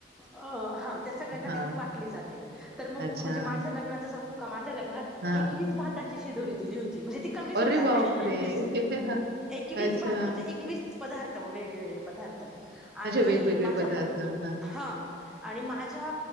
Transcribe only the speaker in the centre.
अ हा त्या सगळ्यांना
त वाटली जाते तर मग
म्हणजे माझ लग्नाच सांगू का मा लग्नात
एकवीस भाताची शि दोरी दिली होती म्हणजे ती कमीच
होतेवे
एक
एकसात
म्हणजे पदार्थ वेगवेगळे पदार्थ
आणि
माझ्या
ब
हा
आणि माझ्या